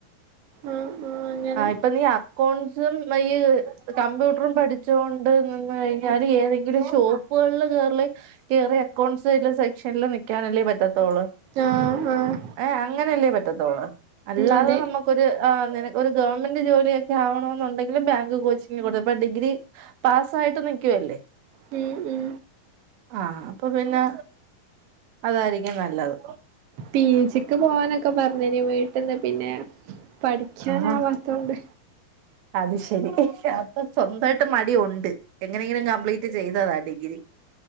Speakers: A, on the right; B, on the right.
A: ആ ആ അങ്ങനെ
B: ആഹ് ഇപ്പം നീ ആ കോൺസും <unintelligible> കമ്പ്യൂട്ടറും പഠിച്ചോണ്ട് നിന്ന് കഴിഞ്ഞാല് ഏതെങ്കിലും ഷോപ്പ <unintelligible> കേറല് കേറിയാ അക്കൗണ്ട്സ് <unintelligible> സെക്ഷനില് നിക്കാനല്ലേ പറ്റത്തോള്
A: ആഹ് ആഹ്
B: ഏഹ് അങ്ങനല്ലേ പറ്റത്തോള് അല്ലാതെ
A: അതെ
B: നമ്മ ക്കൊരു ആഹ് നിനക്കൊരു ഗവൺമെന്റ് ജോലിയൊക്കെ ആവണോന്നുണ്ടെങ്കില് ബാങ്ക് കോച്ചിങ്ങിന് കൊടു ഇപ്പൊ ഡിഗ്രി പാസ്സായിട്ട് നിക്കുവല്ലേ
A: മം മം
B: ആഹ് അപ്പം പിന്നെ അതായിരിക്കും നല്ലത്
A: പി ജിക്ക് പോകാനൊക്കെ പറഞ്ഞനി വീട്ടിന്ന് പിന്നെ പഠിക്കാനാവാത്തോണ്ട്
B: ആഹ് അത് ശരി അപ്പം സ്വന്താവായി ട്ട് മടി ഉണ്ട് എങ്ങനെങ്കിലും കംപ്ലീറ്റ് ചെയ്തതാ ഡിഗ്രി